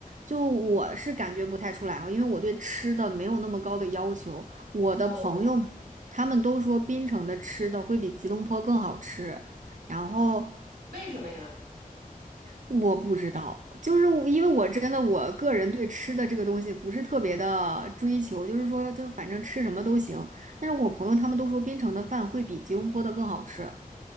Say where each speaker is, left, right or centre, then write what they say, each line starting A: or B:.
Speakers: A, on the right; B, on the right.
A: 就我是感觉不太出来啊，因为我对吃的没有那么高的要求。我的朋友们，
B: 哦，
A: 他们都说槟城的吃的会比吉隆坡更好吃，然后
B: 为什么呀？
A: 我不知道，就是我因为我真的我个人对吃的这个东西不是特别的追求，就是说就反正吃什么都行。但是我朋友他们都说槟城的饭会比吉隆坡的更好吃。